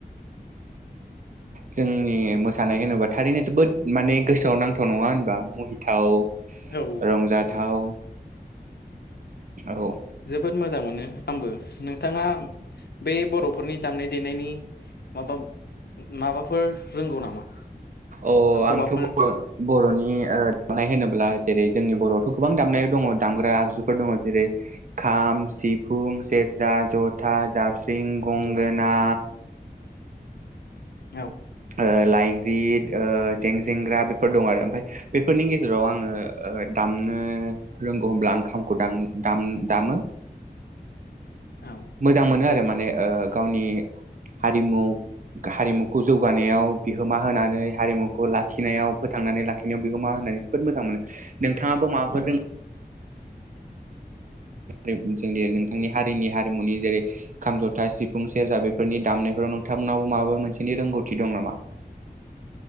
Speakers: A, on the right; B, on the left.
A: जोंनि मोसानाय होनोबा थारैनो जोबोद माने गोसोआव नांथाव नङा होनबा महि थाव
B: औ
A: रंजाथाव।
B: उम
A: औ।
B: जोबोद मोजां मोनो आंबो नोंथाङा बे बर'फोरनि दामनाय देनायनि माबा माबाफोर रोंगौ नामा।
A: अ
B: माखौबाफोर
A: आंथ' बर' बर'नि ओ दामनाय होनोब्ला जेरै जोंनि बर'आवथ' गोबां दामनाय दङ दामग्रा आगजुफोर दङ जेरै खाम सिफुं सेरजा जथा जाब स्रिं गंगोना,
B: औ औ
A: ओ लाइग्रिद ओ जेंजेंग्रा बेफोर दं आरो ओमफाय बेफोरनि गेजेराव आङो ओ दामनो रोंगौ होनब्ला आं खामखौ दाम दाम दामो।
B: औ
A: मोजां मोनो आरो माने ओ गावनि हारिमु हारिमुखौ जौग गानायाव बिहोमा होनानै हारिमुखौ लाखिनायाव फोथांनानै लाखिनायाव बिहोमा होनानै जोबोद मोजां मोनो। नोंथाङाबो माबाफोर
B: उम
A: रों जोंनि नोंथांनि हारिनि हारिमुनि जेरै खाम जथा सिफुं सेरजा बेफोरनि दामनायफोराव नोंथांमोनाव माबा मोनसेनि रोंगौथि दं नामा?